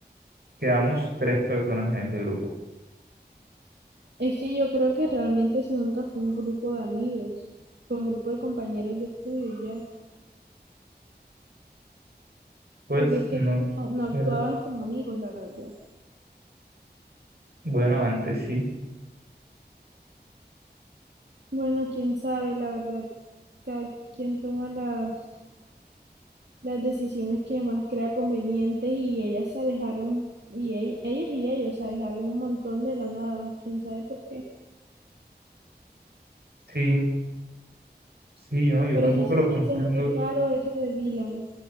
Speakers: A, on the right (about 70°); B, on the right (about 80°).
A: quedamos tres personas en ese grupo.
B: Es que yo creo que realmente eso nunca fue un grupo de amigos, fue un grupo de compañeros de estudio y ya,
A: Pues
B: porque es que
A: no,
B: no, no actuaban
A: era,
B: como amigos, la verdad.
A: bueno, antes sí,
B: Bueno, quién sabe, la verdad, cada quien toma las, las decisiones que más crea convenientes y ellas se alejaron, y ell- ellas y ellos se alejaron un montón de la nada, quién sabe por qué.
A: sí, sí, yo, no, yo
B: Pero
A: tampoco
B: sí se
A: lo
B: me
A: comprendo.
B: hace muy raro eso de Dylan,